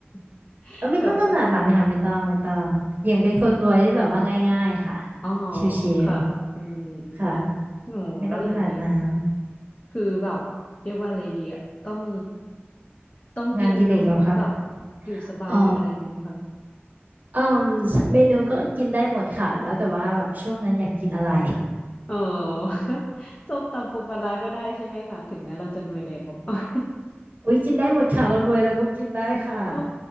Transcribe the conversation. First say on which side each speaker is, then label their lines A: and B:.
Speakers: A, on the left; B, on the right.
A: <laughs>
B: เอ้ยไม่ต้องขนาดนั้นค่ะไม่ต้องไม่ต้องอย่างเป็นคนรวยที่แบบว่าง่ายๆค่ะ
A: แบบว่า อ๋อ
B: ชิว
A: ค่ะอืม
B: ๆค่ะ
A: โอ้แล้วอย่างนี้
B: ไม่ต้องขนาดนั้น
A: คือแบบเรียกว่าอะไรดีอะต้องต้องกินหรูแบบ
B: งานอดีเลกเหรอคะ
A: อยู่สบายหรืออะไรอย่างนี้ไหมคะ
B: อ๋อเอ่มเมนูก็กินได้หมดค่ะแล้วแต่ว่าแบบช่วงนั้นอยากกินอะไร
A: อ๋อ <laughs> ส้มตำปูปลาร้าก็ได้ใช่ไหมคะถึงแม้เราจะรวยแล้ว <laughs>
B: <laughs> อุ้ยกินได้หมดค่ะเรารวยเราก็กินได้ค่ะ
A: โอ้